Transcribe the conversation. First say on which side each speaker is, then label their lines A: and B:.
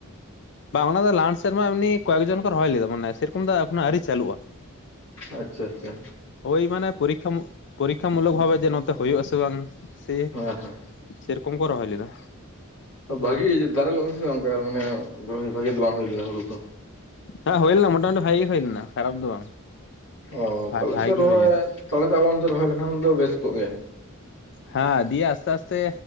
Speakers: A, on the left; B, on the left.
A: ᱵᱟᱝ ᱚᱱᱟ ᱫᱚ ᱞᱟᱦᱟᱱ ᱥᱮᱨᱢᱟ ᱮᱢᱱᱤ ᱠᱚᱭᱮᱠ ᱡᱚᱱ ᱠᱚ ᱨᱚᱦᱚᱭ ᱞᱮᱫᱟ ᱢᱟᱱᱮ ᱥᱮᱨᱚᱠᱚᱢ ᱫᱚ ᱮᱠᱚᱱᱚ ᱟᱹᱣᱨᱤ ᱪᱟᱹᱟᱞᱩᱜᱼᱟ᱾
B: ᱟᱪᱪᱷᱟ ᱟᱪᱪᱷᱟ
A: ᱦᱳᱭ ᱢᱟᱱᱮ ᱯᱚᱨᱤᱠ ᱯᱚᱨᱤᱠᱠᱷᱟ ᱢᱩᱞᱚᱠ ᱵᱷᱟᱵᱮ ᱡᱮ ᱱᱚᱛᱮ ᱦᱩᱭᱩᱜ ᱟᱥᱮ ᱵᱟᱝ ᱥᱮ
B: ᱦᱮᱸ ᱦᱮᱸ
A: ᱥᱮᱨᱚᱠᱚᱢ ᱠᱚ ᱨᱚᱦᱚᱭ ᱞᱮᱫᱟ
B: ᱵᱷᱟᱹᱜᱤ ᱤᱭᱟᱹ ᱫᱟᱨᱮ ᱞᱮᱱᱟᱥᱮ ᱚᱱᱠᱟ ᱢᱟᱱᱮ ᱵᱷᱟᱹᱜᱤ ᱫᱚ ᱵᱟᱝ ᱦᱩᱭ ᱞᱮᱱᱟ ᱦᱩᱲᱩ ᱠᱚ
A: ᱦᱮᱸ ᱦᱩᱭ ᱞᱮᱱᱟ ᱢᱚᱴᱟ ᱢᱩᱴᱤ ᱵᱷᱟᱹᱜᱤ ᱜᱮ ᱦᱩᱭ ᱞᱮᱱᱟ ᱠᱷᱟᱨᱟᱯ ᱫᱚ ᱵᱟᱝ᱾
B: ᱚᱸ ᱛᱟᱦᱞᱮ
A: ᱵᱷᱟᱜᱤ
B: ᱛᱚ ᱨᱚᱦᱚᱭ
A: ᱜᱮ ᱦᱩᱭ ᱞᱮᱱᱟ
B: ᱛᱟᱦᱞᱮ ᱛᱚ ᱟᱵᱚ ᱨᱚᱦᱚᱭ ᱞᱮᱠᱷᱟᱱ ᱫᱚ ᱵᱮᱥ ᱠᱚᱜ ᱜᱮᱭᱟ᱾
A: ᱦᱮᱸ ᱫᱤᱭᱮ ᱟᱥᱛᱮ ᱟᱥᱛᱮ